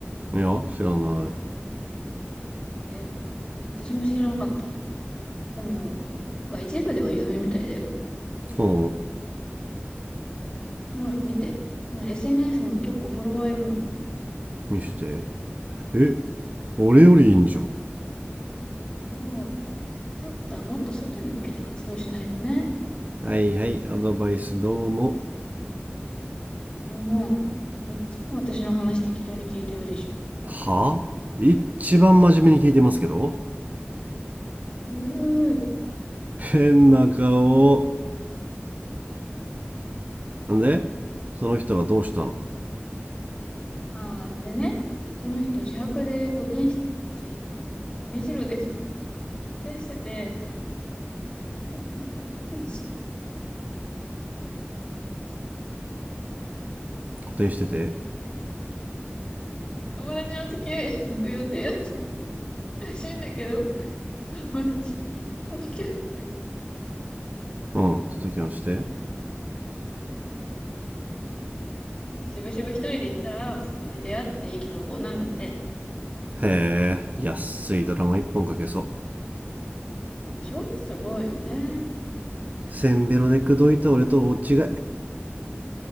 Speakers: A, on the right; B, on the left.
A: え、いや、知らない。
B: だよね。私も知らなかった。でも、なんか一部では有名みたいだよ。
A: ほ
B: ほら、見て。これ SNS も結構フォロワーいるの。
A: ー、見して。え、俺よりいいんじゃん。
B: そう、そうだ、もっと外に向けて活動しないとね。
A: はいはい、アドバイスどうも。
B: もう、もういつも私の話適当に聞いてるでしょ。
A: はあ一番真面目に聞いてますけど
B: うーん。
A: 変な顔なんでその人がどうしたのん
B: ああ、でね、その人自白で古典し、じ目白でこ古典してて、んんつい
A: 補填してて
B: 友達の付き合いに行く予定だったらしいんだけど、友達と付き合っ
A: うん届きましてへ
B: てしぶしぶ一人で行ったら、そこで出会って意気投合なんだって。
A: え安いドラマ一本かけそう
B: でしょすごいよね。
A: せんべろで口説いた俺と大違い